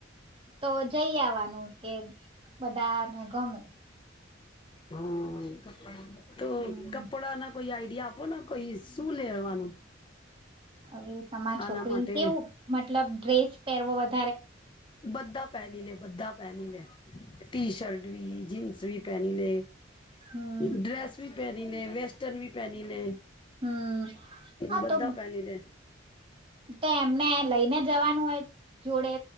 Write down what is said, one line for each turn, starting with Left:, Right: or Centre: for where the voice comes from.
Right: તો જઈ આવવાનું કે બધા ને ગમે
Left: હમ તો
Right: હમ
Left: કપડાા ના કોઈ આઈડ આપો ને કોઈ શું લેવાનું
Right: હવે તમારી
Left: આના
Right: છોકરી
Left: માટે
Right: કેવું મતલબ ડ્રેસ પેર વધ
Left: બધા પહેની લે બધા પહેની લે ટી શર્ટ ી જીન્સી પહેની લે
Right: હમ
Left: ડ્રેસ ભ પે પ વેસ્ટની પહેની લે
Right: હમ હા
Left: બધા
Right: તો
Left: પેલી રે
Right: તે એમને લઈને જવાનું હોય, જોડે